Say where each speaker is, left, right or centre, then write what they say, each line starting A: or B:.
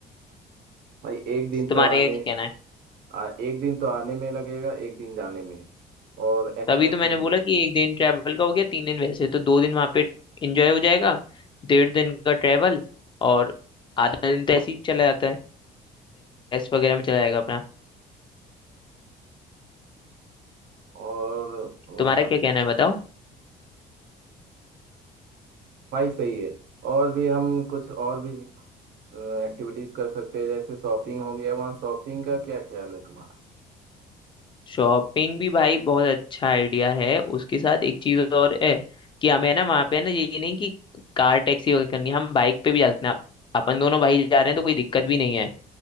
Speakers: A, on the right (about 70°); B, on the left (about 30°).
A: भाई एक दिन
B: तुम्हारे
A: तो आने
B: क्या कहना है
A: आ, एक दिन तो आने में लगेगा एक दिन जाने में और एक्स्ट्रा
B: तभी तो मैंने
A: तीन
B: बोला
A: दिन
B: कि एक दिन ट्रैवल का हो गया तीन दिन वैसे तो दो दिन वहां पे एंजॉय हो जाएगा डेढ़ दिन का ट्रैवल और आधा दिन तो ऐसे ही चला जाता है रेस्ट वगैरह में चला जाएगा अपना
A: और वहाँ
B: तुम्हारा क्या कहना है बताओ
A: भाई सही है और भी हम कुछ और भी एक्टिविटीज कर सकते हैं जैसे शॉपिंग हो गया वहाँ शॉपिंग का क्या ख्याल है तुम्हारा
B: शॉपिंग भी भाई बहुत अच्छा आइडिया है उसके साथ एक चीज और है कि हमें ना वहाँ पे ना ये नहीं कि कार टैक्सी वगैरह करनी है हम बाइक पे भी जा सकते हैं अपन दोनों भाई जा रहे हैं तो कोई दिक्कत भी नहीं है